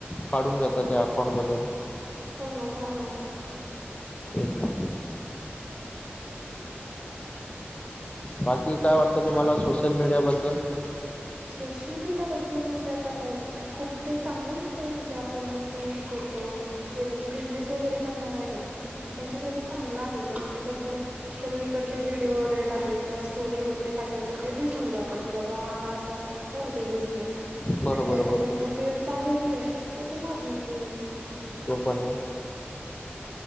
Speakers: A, on the left; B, on the right.
A: काढून घेतात त्या अकाउंट मधून.
B: हो ना हो ना.
A: तेच ना. बाकी काय वाटतं तुम्हाला सोशल मीडिया बद्दल?
B: सोशल मीडियाबद्दल म्हणजे आता काय खूप ते चांगलंही हाय म्हणजे आपण जसं यूज करतो जे म्हणजे बिझनेस वगैरे करणार आहेत त्यांच्यासाठी चांगलं आहे ते म्हणजे कसं सगळीकडे ते व्हिडिओ वगैरे टाकले किंवा स्टोरी वगैरे टाकले तर ते दिसून जात की बाबा हा हा असा असा करतो बिझनेस
A: बरोबर
B: आणि ज्याच्यासाठी
A: बरोबर
B: उपयुक्त आहे हे, तर ते मागून घेऊ.
A: त्यो पण.